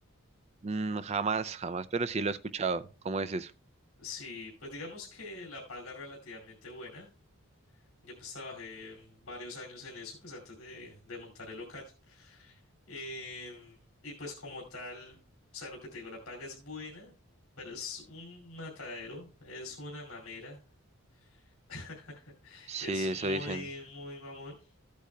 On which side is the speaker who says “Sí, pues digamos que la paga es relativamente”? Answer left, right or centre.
Left